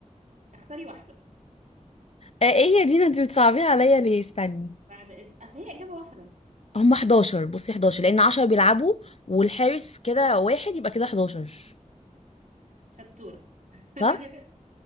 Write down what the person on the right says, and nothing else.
اختاري واحدة
بعد إذن أصل هي إجابة واحدة
شطورة <laughs>